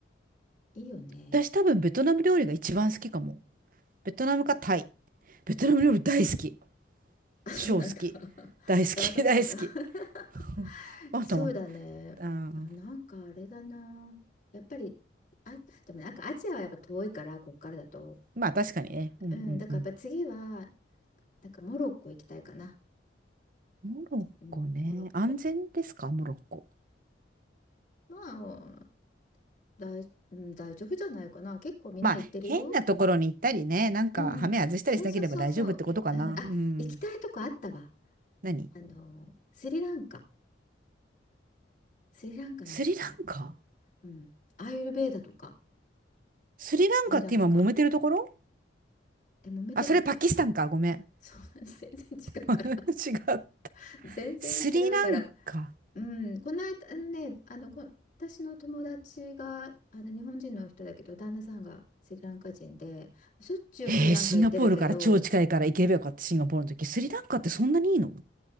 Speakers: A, on the left; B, on the right.
A: いいよね。
B: 私多分ベトナム料理が一番好きかも。ベトナムかタイ。ベトナム料理大好き。
A: <laughs> あ、
B: 超好き。
A: そうなんだ。<laughs>
B: 大好き、
A: じゃあまたこう、
B: <laughs> 大好き。
A: <laughs>
B: <laughs> またまあとは、
A: そうだね。
B: うん
A: あ、なんかあれだな。やっぱり、あ、でもなんかアジアはやっぱ遠いから、こっからだと。
B: まあ確かにね。うんうんうん。
A: うん、だからやっぱ次は、なんかモロッコ行きたいかな。
B: モロッコね。
A: うん、モロッコ。
B: 安全ですか、モロッコ。
A: まあ、大、うん、大丈夫じゃないかな。結構みんな行ってるよ。
B: まあ変なところに行ったりね、なんかハメ外したりしなければ大丈夫ってことかな。
A: うんうん。そうそうそうそう。うん、あ、
B: うん。
A: 行きたいとこあったわ。
B: 何
A: あの、スリランカ。スリランカに行きたい。
B: スリランカ
A: うん。アーユルヴェーダとか、
B: スリランカって今揉めてるところ
A: スリランカ。え、揉めてたっけ
B: あ、それパキスタンか。ごめん。
A: そうなんです。全然違うから
B: <laughs> 違う。
A: <laughs> 全然違うから。
B: スリランカ。
A: うん、この間あのね、あの、こ、私の友達が、あの、日本人の人だけど、旦那さんがスリランカ人で、しょっちゅうスリランカ行ってるけど、
B: えー、シンガポールから超近いから行けばよかった、シンガポールの時。スリランカってそんなにいいの